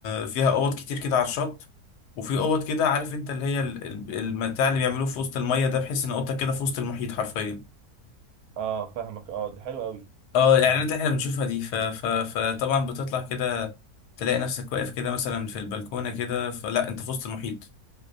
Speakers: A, on the left; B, on the right.
A: فيها أوض كتير كده على الشط وفي أوض كده عارف انت اللي هي ال- ال- المتاع اللي بيعملوه في وسط المية ده بحيث ان اوضتك كده في وسط المحيط حرفيا
B: اه فاهمك اه دي حلوه قوي
A: اه الإعلانات
B: يعني
A: اللي احنا بنشوفها دي ف... ف... فطبعا بتطلع كده تلاقي نفسك واقف كده مثلا في البلكونة كده فلا انت في وسط المحيط